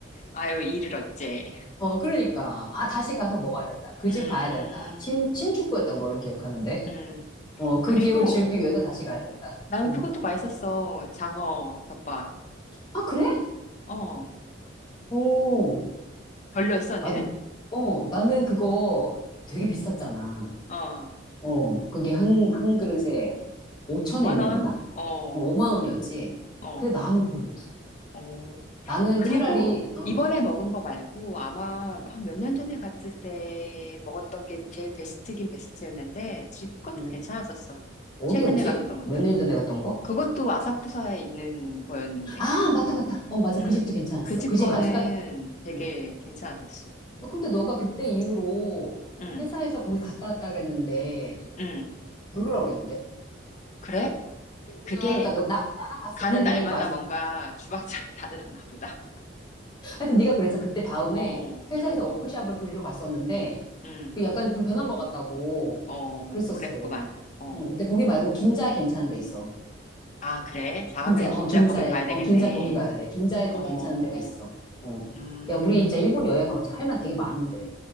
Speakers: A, on the left; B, on the left.
A: 아유, 이를 어째.
B: 어, 그러니까. 아, 다시 가서 먹어야 된다. 그
A: 음,
B: 집 가야 된다. 신, 신축구였던 걸로 기억하는데.
A: 음.
B: 어, 그
A: 그리고,
B: 기억을 지우기 위해서 다시 가야 된다.
A: 나는
B: 음.
A: 그것도 맛있었어. 장어 덮밥.
B: 아, 그래?
A: 어.
B: 오.
A: 별로였어, 언니는?
B: 아, 어, 나는 그거 되게 비쌌잖아.
A: 어.
B: 어, 그게 한, 한 그릇에 5천엔이었나?
A: 5만 원? 어.
B: 어, 5만 원이었지.
A: 어.
B: 근데 나는 별로였어.
A: 어.
B: 나는
A: 그리고
B: 차라리, 어,
A: 이번에 먹은 거 말고 아마 한 몇 년 전에 갔을 때 먹었던 게 제일 베스트긴 베스트였는데 집 것도
B: 음,
A: 괜찮았었어.
B: 어디였지?
A: 최근에 갔었던 것도.
B: 몇 년 전에 갔던 거?
A: 그것도 아사쿠사에 있는 거였는데.
B: 아, 맞다, 맞다. 어, 맞아.
A: 음.
B: 그 집도 괜찮았어.
A: 그 집
B: 그 집
A: 거는
B: 아직까지,
A: 되게
B: 음.
A: 괜찮았었어. 음.
B: 어, 근데 너가 그때 이후로
A: 음.
B: 회사에서 거기 갔다 왔다 그랬는데
A: 음.
B: 별로라고 그랬는데.
A: 그래?
B: 어, 네가
A: 그게
B: 그러니까 너, 나, 나랑 갔을
A: 가는
B: 때는
A: 날마다
B: 맛있었고.
A: 뭔가 주방장이 <laughs> 달랐나 보다.
B: 하여튼 네가 그랬어. 그때 다음에
A: 어,
B: 회사에서
A: 음,
B: 워크숍을 그리러 갔었는데
A: 음,
B: 그 약간 좀 변한 것 같다고
A: 어,
B: 그랬었어.
A: 그랬구만. 어,
B: 응, 근데 거기 말고 긴자에 괜찮은 데 있어.
A: 아, 그래? 다음엔
B: 긴자,
A: 진짜
B: 어, 긴자에,
A: 거길 가야
B: 어,
A: 되겠네.
B: 긴자 거기 가야 돼. 긴자에도
A: 어,
B: 괜찮은 데가 있어. 어.
A: 음,
B: 야, 우리 이제 일본 여행하면 이제 할 말 되게 많은데.